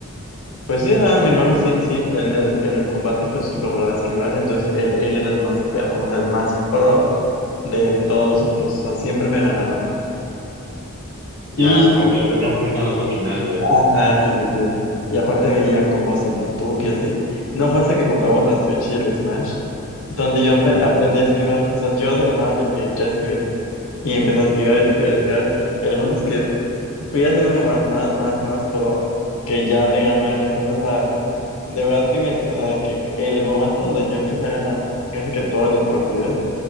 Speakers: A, on the left; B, on the right.
A: pues sí, ajá, mi hermano sí, sí, en el, en el combate pues lograba esquivar, entonces él, él era el más perro, o sea, el más pro de todos nosotros, o sea, siempre me ganaba.
B: Ya,
A: Y,
B: como que lo tenía un poquito más dominado él.
A: ajá, sí, sí, sí. Y aparte veía
B: ¿no?
A: combos en YouTube y así. No fue hasta que compramos la Switch y el Smash, donde yo empe-
B: Mm,
A: aprendí a esquivar, o sea, yo de la nada dije, ya esquivé. Y empecé a esquivar y esquivar y esquivar. El punto es que fui haciéndome más, más, más, más pro, que ya le ganó a él, entonces De verdad que me, o sea, que el momento donde yo empecé a ganar casi que todas las partidas,